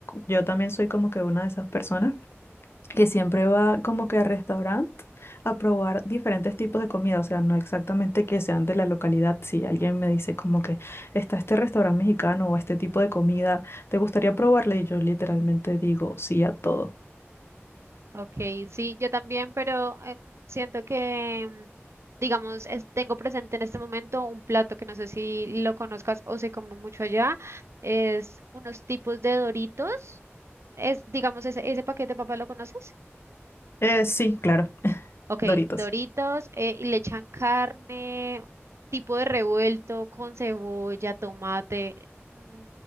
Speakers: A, on the left; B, on the right.
A: yo también soy como que una de esas personas que siempre va como que al restaurante a probar diferentes tipos de comida, o sea, no exactamente que sean de la localidad. Si alguien me dice como que está este restaurante mexicano o este tipo de comida, ¿te gustaría probarla? Y yo literalmente digo sí a todo.
B: ok, sí, yo también, pero eh, siento que, mm, digamos, es- tengo presente en este momento un plato que no sé si lo conozcas o se come mucho allá, es unos tipos de Doritos. Es, digamos, ese, ese paquete de papas, ¿lo conoces?
A: Eh, sí, claro, <laughs>
B: Ok,
A: Doritos.
B: Doritos, eh, y le echan carne, tipo de revuelto con cebolla, tomate. mm,